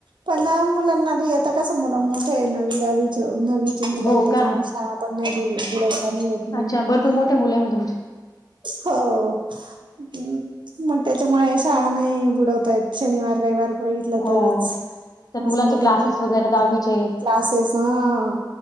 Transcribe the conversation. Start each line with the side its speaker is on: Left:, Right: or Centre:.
Right: पण मुलांना भी आता कसय मुलं मोठे आहे नवी दहावी चे मुलं
Left: हो
Right: त्याच्यामुळ
Left: का
Right: शाळा पण नाय बुडवताना नाय येत. ना
Left: अच्छा भरपूर मोठ मुल हाय मग तुमची
Right: हो हूं मग त्याच्यामुळे शाळा नाही बुडवता येत शनिवार रविवार बघितला
Left: हो
Right: तरच
Left: त्यात मुलांचे
Right: असं मध्यंतरी
Left: क्लासेस वगैरे
Right: नाय बुडवत
Left: दहावीचे
Right: क्लासेस हा